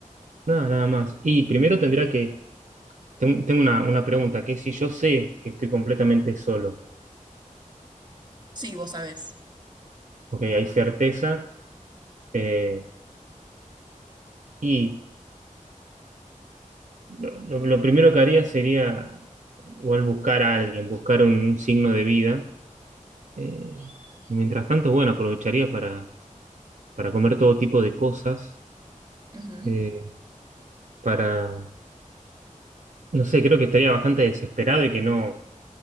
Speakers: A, on the right; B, on the right.
A: Nada, nada más. Y primero tendría que. Tengo, tengo una, una pregunta, que es si yo sé que estoy completamente solo,
B: Sí, vos sabés.
A: porque hay certeza, eh, y lo, lo- lo primero que haría sería igual buscar a alguien, buscar un, un signo de vida, eh, y mientras tanto, bueno, aprovecharía para, para comer todo tipo de cosas,
B: Ujú.
A: eh, para No sé, creo que estaría bastante desesperado y que no,